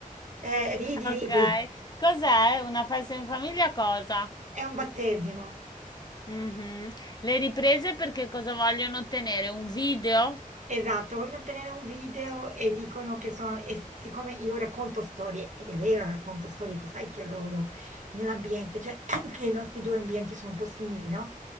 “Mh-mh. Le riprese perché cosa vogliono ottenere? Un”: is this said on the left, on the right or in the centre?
Left